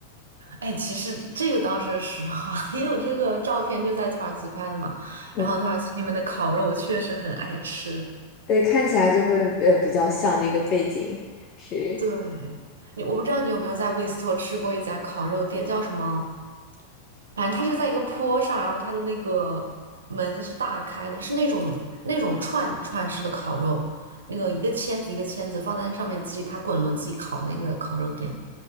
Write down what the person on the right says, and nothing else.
哎，其实这个当时实话，<laughs> 因为我这个照片就在土耳其拍的嘛，
然后土耳其那边的烤肉我确实很爱吃。
对，你我不知道你有没有在布里斯托吃过一家烤肉店，叫什么？反正它是在一个坡上，然后它的那个门是大开的，是那种那种串串式的烤肉，那个一个签子一个签子放在那上面，自己它滚轮自己烤的那个烤肉店。